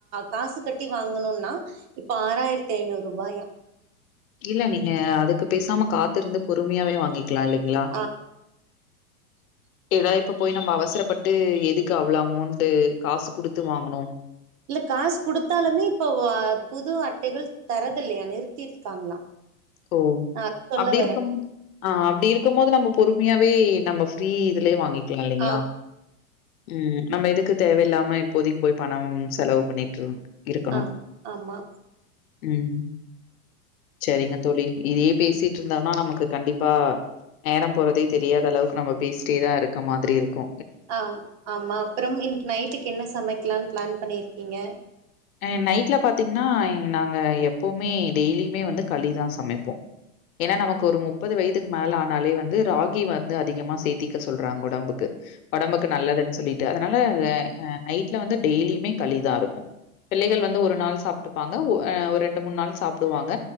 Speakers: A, on the right; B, on the left.
A: காசு கட்டி வாங்கணுன்னா இப்ப ஆறாயிரத்தி ஐநூறு ரூபாயா
B: இல்ல நீங்க அதுக்கு பேசாம காத்திருந்து பொறுமையாவே வாங்கி க்கலா இல்லீங்ளா
A: ஆ <inaudible>
B: ஏனா இப்ப போய் நம்ம அவசரப்பட்டு எதுக்கு அவ்ள அமோண்ட்டு காசு குடுத்து வாங்கணு
A: இல்ல காசு குடுத்தாலுமே இப்ப வ புது அட்டைகள் தரதில்லையா நிறுத்திருக்காங்களா
B: ஓ
A: ஆ சொல்ல
B: அப்டி
A: வரே
B: இருக்கும் ஆ அப்டி இருக்கும் போது நம்ம பொறுமையாவே நம்ம ஃப்ரீ இதுலயே வாங்கிக்கலா இல்லீங்களா
A: ஆ
B: ம் நம்ம எதுக்கு தேவயில்லாம இப்போதிக்கி போய் பணம் செலவு பண்ணிட்டு இருக் இருக்கணு
A: ஆ ஆமா
B: ம் சரிங்க தோழி இதையே பேசிட்டு இருந்தோனா நமக்கு கண்டிப்பா நேரம் போறதே தெரியாத அளவுக்கு நம்ம பேசிட்டேதா இருக்க மாதிரி இருக்கு
A: ஆ ஆமா அப்பறம் இன்னக்கி நைட்டுக்கு என்ன சமைக்கலான் பிளான் பண்ணிருக்கீங்க
B: அ நைட்ல பாத்தீங்ன்னா நாங்க எப்போமே டெய்லிமே வந்து களிதா சமைப்போ. ஏனா நமக்கு ஒரு முப்பது வயதுக்கு மேல ஆனாலே வந்து ராகி வந்து அதிகமா சேத்திக்க சொல்றாங்க ஒடம்புக்கு ஒடம்புக்கு நல்லதுன் சொல்லீட்டு அதனால ஹ அ நைட்ல வந்து டெய்லியுமே களிதா இருக்கு. பிள்ளைகள் வந்து ஒரு நாள் சாப்ட்டுப்பாங்க ஒ அ ஒரு ரெண்டு மூண் நாள் சாப்டுவாங்க.